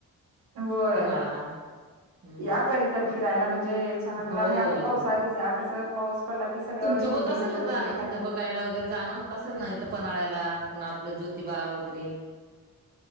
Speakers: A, on the right; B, on the right.
A: होय,
B: पन्हाळा हम्म
A: या काधी तरी फिरायला म्हणजे छान वाटल
B: हो
A: आणि आता
B: येऊ
A: पाऊसाल्यातच या कसं पाऊस पडला की सगळं
B: तुमचं
A: हिरव
B: होत असेल
A: हिरव
B: ना
A: होतय
B: जाणं तिथं
A: का नाही?
B: बघायला वगैरे जाणं होत असेल ना, इथ पनळ्याला पुन्हा आपलं ज्योतिबा वगैरे